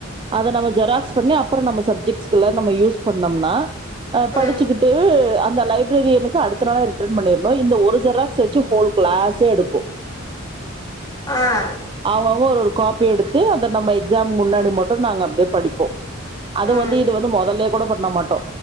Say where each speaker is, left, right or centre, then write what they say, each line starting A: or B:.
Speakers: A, on the right; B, on the left.
A: அத நம்ம ஜெராக்ஸ் பண்ணி அப்றோ நம்ம சப்ஜெக்ட்ஸ்க்லா நம்ம யூஸ் பண்ணோம்னா அ படிச்சுக்கிட்டு
B: ம்
A: அந்த லைப்ரரியனுக் த்த அடுத்த நாளே ரிட்டன் பண்ணிருணு இந்த ஒரு ஜெராக்ஸ வச்சு ஹோல் கிளாஸே எடுக்கு
B: அஹ்
A: அவுங்கவுங்க ஒரு ஒரு காப்பி எடுத்து அத நம்ம எக்ஸாம் முன்னாடி மட்டு நாங்க அப்டியே படிப்போ அது
B: ம்
A: வந் து வந்து மொதல்லே கூட பண்ண மாட்டோ